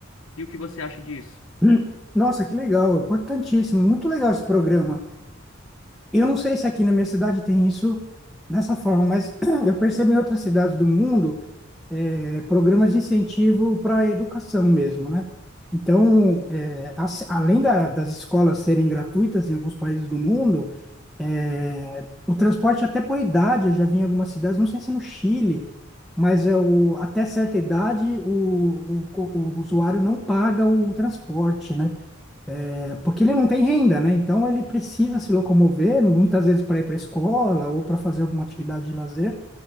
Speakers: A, on the left; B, in the centre.
A: E o que você acha disso?
B: Hum. Nossa, que legal, importantíssimo, muito legal esse programa. Eu não sei se aqui na minha cidade tem isso dessa forma, mas <clears throat> eu percebo em outras cidades do mundo eh, programas de incentivo para a educação mesmo, né? Então, eh, as- além da- das escolas serem gratuitas em alguns países do mundo, eh, o transporte até por idade, eu já vi em algumas cidades, não sei se no Chile, mas é o, até certa idade o, o, o usuário não paga o transporte, né? Eh, Porque ele não tem renda, né? Então ele precisa se locomover, muitas vezes para ir para a escola ou para fazer alguma atividade de lazer,